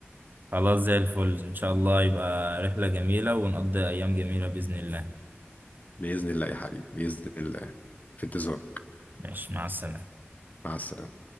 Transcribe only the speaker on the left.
بإذن الله يا حبيبي بإذن الله في انتظارك
مع السلامة